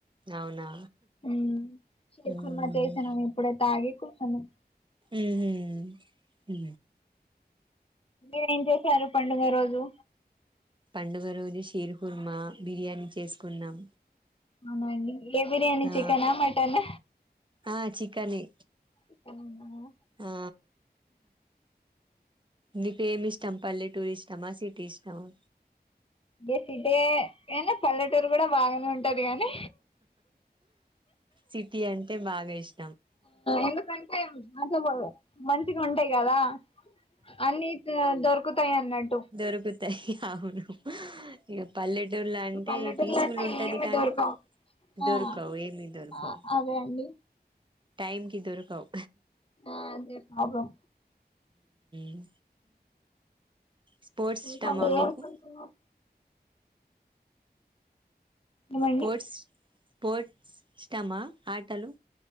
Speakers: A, on the right; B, on the left.
A: అవునా
B: హుమ్ చికెన్
A: ఉమ్
B: కూర చేసినం ఇప్పుడే తాగి కూర్చున్నాం
A: మ్ హు
B: మీరేం చేసారు పండుగ రోజు
A: పండుగ రోజు షీర్ కుర్మ బిర్యానీ చేసుకున్నాం
B: అవునండి ఏ బిర్యానీ
A: ఆ
B: చికెనా మటన్
A: ఆ చికన్ ఎ
B: చికెన్.
A: ఆ నిక్ ఏమి ఇష్టం పల్లెటూరిష్టమా? సిటీ ఇష్టమా
B: గే సిటే కేనా పల్లెటూరు కూడా బాగానే ఉంటది గానీ
A: సిటీ అంటే బాగా ఇష్
B: ఎందుకంటే మంచిగా మంచిగా ఉంటాయి గాదా అన్ని దొరుకుతాయి అన్నట్
A: దొరుకుతాయ్ అవును ఇగ పల్ దొల్ల అంటే
B: పల్లెటూర్లో
A: పీస్ఫుల్
B: అట్లా
A: ఉంటది గానీ
B: దొరకవు
A: దొరకవు
B: ఆ
A: ఏమి దొరకవు
B: ఆ అదే అండి
A: టైం కి దొరకవు
B: ఆ అదే ప్రాబ్లం
A: మ్ స్పోర్ట్స్ ఇష్టమా
B: ఇంకా
A: మీకు
B: ఏమనుకుంటున్నారు ఏమండి
A: స్పోర్ట్స్ పోర్ట్స్ ఇష్టమా ఆటలు